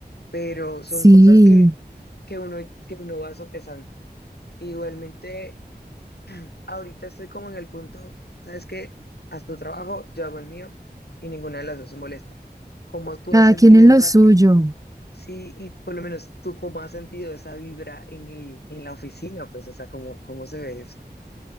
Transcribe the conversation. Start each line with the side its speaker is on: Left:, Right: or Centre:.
Left: Pero son
Right: Sí,
Left: cosas que, que uno, que uno va sopesando. Igualmente ahorita estoy como en el punto, ¿sabes qué? Haz tu trabajo, yo hago el mío y ninguna de las dos se molesta. ¿Cómo tú
Right: cada
Left: has sentido
Right: quien es lo
Left: esa,
Right: suyo.
Left: eh, sí, y por lo menos tú cómo has sentido esa vibra en el, en la oficina, pues, o sea, cómo, cómo se ve eso?